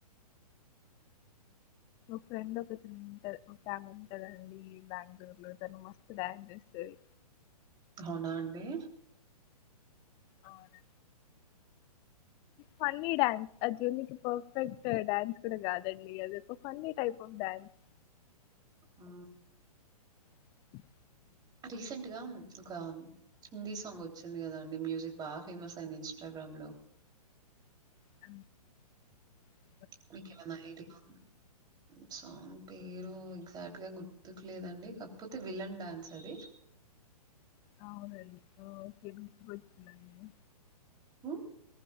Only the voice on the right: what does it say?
అవునా అండి
ఆ
రీసెంట్ గా ఒక హిందీ సాంగ్ వచ్చింది కదా అండి మ్యూజిక్ బాగా ఫేమస్ అయింది ఇన్స్టాగ్రామ్ లో
మీకేమన్న ఐడియా ఉందా సాంగ్ పేరు ఎగ్జాక్ట్ గా గుర్తుకు లేదండి కాకపోతే విలన్ డాన్స్ అది.
హ్మ్